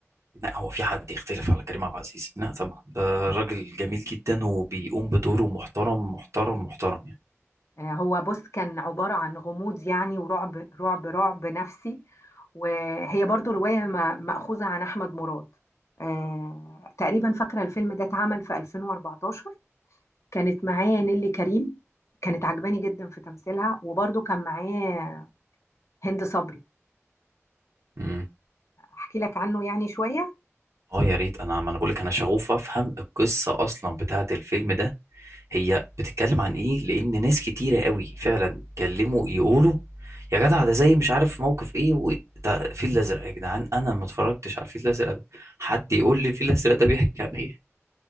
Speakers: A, on the right; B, on the left.
A: لا هو في حد يختلف على كريم عبد العزيز لا طبعا ده راجل جميل جدا وبيقوم بدوره محترم محترم محترم يعني
B: آه، هو بص كان عبارة عن غموض يعني ورعب رعب رعب نفسي وهي برضو رواية م- مأخوذة عن أحمد مراد آه، تقريبا فاكرة الفيلم ده اتعمل في 2014 كانت معايا نيلي كريم كانت عجباني جدا في تمثيلها وبرضو كان معايا هند صبري
A: مم.
B: أحكي لك عنه يعني شوية
A: اه يا ريت انا ما انا بقول لك انا شغوف افهم القصه اصلا بتاعه الفيلم ده هي بتتكلم عن ايه لان ناس كتيره قوي فعلا كلموا يقولوا يا جدع ده زي مش عارف موقف ايه و... ده الفيل الازرق يا جدعان انا ما اتفرجتش على الفيل الازرق ده حد يقول لي الفيل الازرق ده بيحكي عن ايه